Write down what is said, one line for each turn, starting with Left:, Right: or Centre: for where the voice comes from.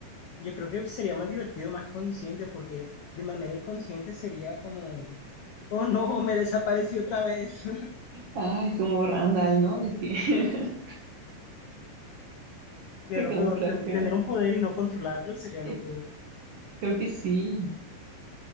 Left: yo creo que sería más divertido, más consciente, porque de manera inconsciente sería como, oh no, me desapareció otra vez. <laughs>
Right: Ay, como Randall, ¿no? De que <laughs>
Left: Sería
Right: se
Left: lo
Right: camuflajea.
Left: peor, ten- tener un poder y no controlarlo sería
Right: Eh,
Left: lo peor.
Right: Creo que sí,